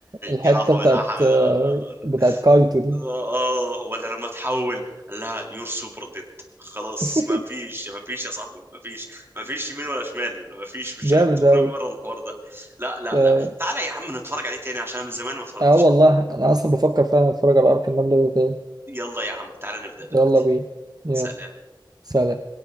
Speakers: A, on the right (about 50°); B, on the right (about 30°).
A: الحته
B: يا لهوي
A: بتاعت
B: لا حول
A: آه، بتاعت كايتو دي
B: اه ولا لما تحول قال لها يور سوبر ديد خلاص
A: <laughs>
B: ما فيش ما فيش يا صاحبي ما فيش ما فيش يمين ولا شمال ما فيش مش
A: جامد
B: تخرجوا
A: قوي
B: بره الحوار ده لا لا
A: اه
B: لا تعالى يا عم نتفرج عليه تاني عشان من زمان ما اتفرجتش
A: آه والله
B: عليه
A: انا اصلا بفكر فعلا اتفرج على ارك النمله ده تاني
B: يلا يا عم تعالى نبدأ دلوقتي
A: يلا بينا يلا
B: سلام
A: سلام